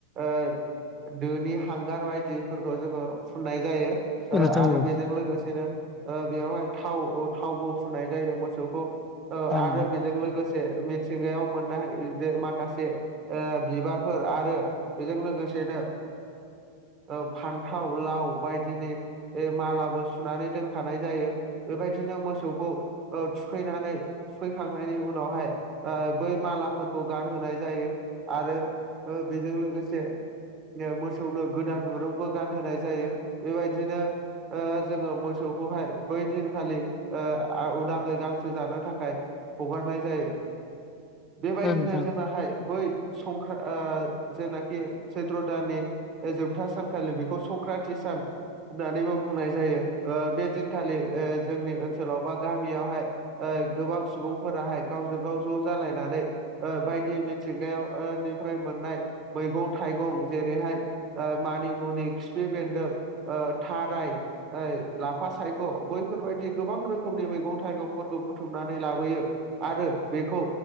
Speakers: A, on the right (about 40°); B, on the left (about 25°).
A: ओ दोनि हांगार बायदिफोरखौ जोङो फुननाय जायो
B: औ
A: ओ
B: नोंथां
A: आरो
B: औ
A: बेजों लोगोसेनो बेयावहाय थाव थावबो फुननाय जायो मोसौखौ ओ
B: औ नोंथां
A: आर जों लोगोसे मिथिंगायाव मोननो हायो जे माखासे बिबारफोर आरो बेजों लोगोसेनो ओ फान्थाव लाव बायदिनि ओ मालाबो सुनानै दोनखानाय जायो बेबायदिनो मोसौखौ ओ थुखैनानै थुखैखांनायनि उनावहाय बै मालाफोरखौ गानहोनाय जायो आरो औ बेजों लोगोसे मोसौनो गोदान दुरुंबो गानहोनाय जायो बेबायदिनो ओ जोङो मोसौखौहाय बै दिनखालि ओ आ उदाङै गांसो जानो थाखाय हगारनाय जायो। बेबायदिनो
B: औ नोंथां औ नोंथां
A: जोंनाहाय
B: औ
A: बै संख्रा ओ जेनाखि सैथ्र' दाननि ओ जोबथा सानखालि बेखौ संक्रान्ति सान होननानैबो बुंनाय जायो। ओ बे दिनखालि ओ जोंनि ओनसोलाव बा गामियावहाय ओ गोबां सुबुंफोराहाय गावजों गाव ज' जालायनानै ओ बायदि मिथिंगायाव ओ निफ्राय मोननाय मैगं थाइगं जेरैहाय ओ मानि मुनि खिफि बेन्दों ओ थाराय ओइ लाफा सायख' बैफोरबायदि गोबां रोखोमनि मैगं थाइगंफोरखौ बुथुमना नै लाबोयो आरो बेखौ